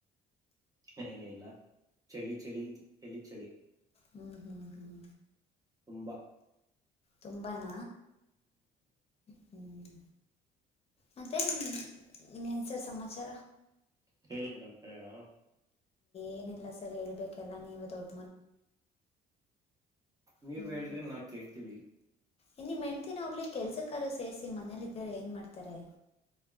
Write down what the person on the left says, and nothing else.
ಹ್ಮ್ ಹ್ಮ್ ಹ್ಮ್
ತುಂಬಾನ ಹ್ ಮತ್ತೆ ನಿಮ್ ಇನ್ನೇನ್ ಸರ್ ಸಮಾಚಾರ
ಏನಿಲ್ಲ ಸರ್ ಹೇಳ್ಬೇಕೆಲ್ಲಾ ನೀವೆ ದೊಡ್
ಹ್ಮ್
ಇನ್ ನಿಮ್ ಹೆಣತಿನಾ ಹೋಗ್ಲಿ ಕೆಲಸಕಾರು ಸೇರಿಸಿ ಮನೇಲ್ಲಿದ್ದರೆ ಏನ್ ಮಾಡಾತಾರೆ.